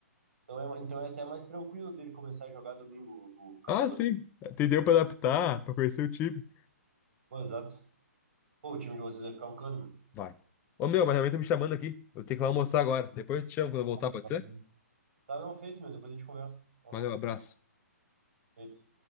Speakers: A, on the right; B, on the left.
A: Então é, então é até mais tranquilo dele começar a jogar domingo, o, o Castor.
B: Ah, sim. Tem tempo pra adaptar, pra conhecer o time.
A: Pô, exato. Pô, o time de vocês vai ficar um cano,
B: Vai. Ô, meu, mas realmente tá me chamando aqui. Eu tenho que ir lá almoçar agora. Depois eu te chamo quando eu voltar,
A: meu.
B: pode ser?
A: Tá, não, feito, meu. Depois a gente conversa. Tá
B: Valeu,
A: bom,
B: abraço.
A: feito.